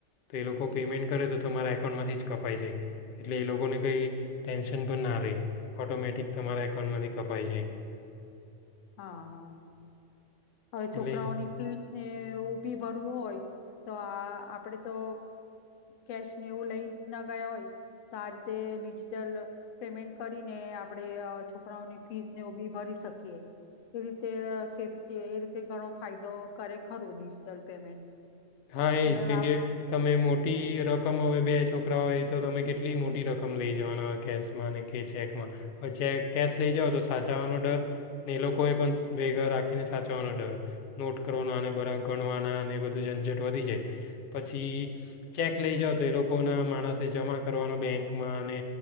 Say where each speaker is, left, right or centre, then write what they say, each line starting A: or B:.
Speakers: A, on the left; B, on the left.
A: તો એ લોકો પેમેન્ટ કરે તો તમારા એકાઉન્ટમાંથી જ કપાઈ જાય એટલે એ લોકોને કંઈ ટેન્શન પણ ના રહે ઓટોમેટિક તમારા એકાઉન્ટમાંથી કપાઈ જાય
B: હા હા હવે
A: એટલે
B: છોકરાઓની ફીડ ને એવું બી ભરવું હોય તો આ આપડે તો કેશને એવું લઈ ના ગયા હોય તો આ રીતે ડિજિટલ પેમેન્ટ કરીને આપડે છોકરાઓની ફીસને બી ભરી શકીએ એ રીતે સેફ એ રીતે ઘણો ફાયદો કરે ખરું ડિજિટલ પેમેન્ટ
A: હા એજ
B: એટલે
A: કેમકે તમે મોટી રકમ હવે બે છો છોકરા હોય એ તો તમે કેટલી મોટી રકમ લઈ જવાના કેશમાં કે ચેકમાં હવે કેશ લઈ જઓ તો સાચવવાનો ડર ને એ લોકોએ પણ ભેગા રાખીને સાચવવાનો ડર નોટ કરવાનો બરા ગણવાના અને બધું જ વધી જાય પછી ચેક લઈ જઓ તો એ લોકોના માણસે જમા કરવાનો બેંકમાં અને